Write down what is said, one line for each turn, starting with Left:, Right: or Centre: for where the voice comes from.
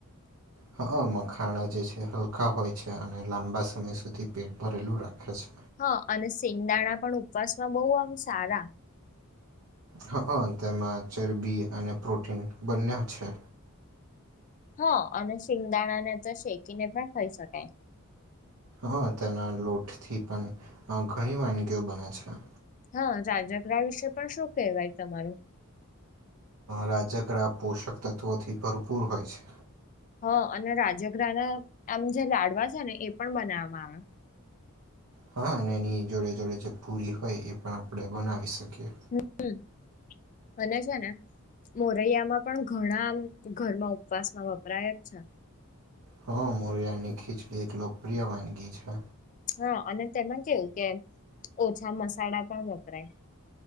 Right: હ મખાણા જે છે હલકા હોય છે અને લાંબા સમય સુધી પેટ ભરેલું રાખે છે.
Left: હા અને સિંગદાણા પણ ઉપવાસમાં બહુ આમ સારા
Right: હઅ તેમાં ચરબી અને પ્રોટીન બંને છે.
Left: હ અને શિંગદાણા ને તો શેકીને પણ ખઈ શકાય.
Right: હા તેના લોટથી પણ ઘણી વાનગીઓ બને છે.
Left: હા રાજગરા વિશે પણ શું કેહેવાય તમારું?
Right: રાજગ્રહ પોષક તત્ત્વોથી ભરપૂર હોય છે.
Left: હ અને રાજગ્રહ ના આમ જે લાડવા છે ને એ પણ બનાવવામાં આવે.
Right: હા અને એની જોડે જોડે જે પૂરી હોય એ પણ આપણે બનાવી શકીએ.
Left: <unintelligible> અને છે ને મોરૈયામાં પણ ઘણા ઘરમાં ઉપવાસમાં વપરાય જ છે.
Right: હા મોરિયાની ખીચડી એક લોકપ્રિય વાનગી છે.
Left: હા અને તેમાં કેવું કે ઓછા મસાલા પણ વપરાય